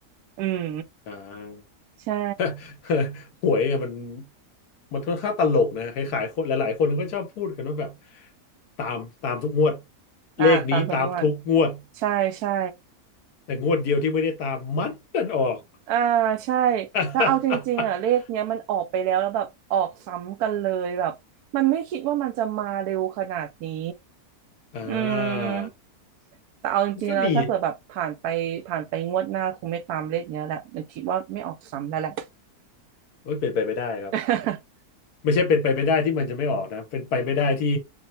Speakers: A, on the right (about 80°); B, on the left (about 80°).
A: อืม
B: อ่า
A: ใช่
B: <laughs> หวยอะมันมันค่อนข้างตลกนะคล้ายๆคนหลายๆคนก็ชอบพูดกันว่าแบบตามตามทุกงวดเลขนี้ตามทุกงวด
A: อ่าตามทุกงวดใช่ใช่
B: แต่งวดเดียวที่ไม่ได้ตามมันดันออก
A: อ่าใช่
B: <laughs>
A: แล้วเอาจริงๆอ่ะเลขเนี้ยมันออกไปแล้วแล้วแบบออกซ้ำกันเลยแบบมันไม่คิดว่ามันจะมาเร็วขนาดนี้
B: อ่า
A: อืมแต่เอาจริงๆแล้วถ้าเปิดแบบผ่านไปผ่านไปงวดหน้าคงไม่ตามเลขเนี้ยแหละมันคิดว่าไม่ออกซ้ำแล้วแหละ
B: ก็มีโอ้ยเป็นไปไม่ได้ครับ
A: <laughs>
B: ไม่ใช่เป็นไปไม่ได้ที่มันจะไม่ออกนะเป็นไปไม่ได้ที่